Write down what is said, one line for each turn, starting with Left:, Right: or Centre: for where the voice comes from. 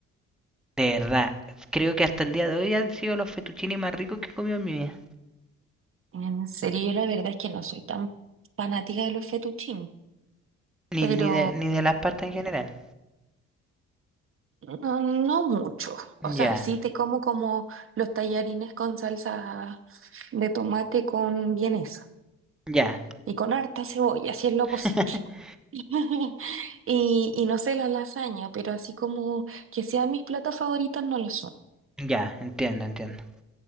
Centre: De verdad, creo que hasta el día de hoy han sido los fettuccini más ricos que he comido en mi vida.
Right: En serio, yo la verdad es que no soy tan fanática de los fettuccini,
Centre: Ni,
Right: pero
Centre: ni de, ni de las pastas en general.
Right: no, no mucho. O
Centre: Ya,
Right: sea, sí te como como los tallarines con salsa de tomate con vienesa
Centre: ya,
Right: y con harta cebolla, si es lo posible.
Centre: <laughs>
Right: <laughs> Y, y no sé la lasaña, pero así como que sean mis platos favoritos, no lo son.
Centre: ya, entiendo, entiendo.